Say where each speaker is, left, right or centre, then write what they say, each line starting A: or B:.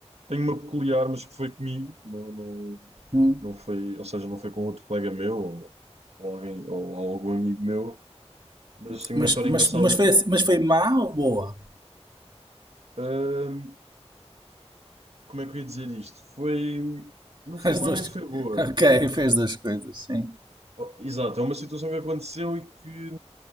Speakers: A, on the right; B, on the right.
A: tenho uma peculiar, mas que foi comigo, não, não,
B: Hum.
A: não foi, ou seja, não foi com outro colega meu ou, ou alguém, ou, ou algum amigo meu, mas tenho
B: Mas,
A: uma história
B: mas,
A: engraçada.
B: mas, foi, assim- mas foi má ou boa?
A: Um, como é que eu ia dizer isto? Foi, não foi
B: As
A: má
B: duas.
A: nem foi
B: <laughs>
A: boa.
B: Ok, fez as duas coisas, sim.
A: Oh, exato, é uma situação que aconteceu e que,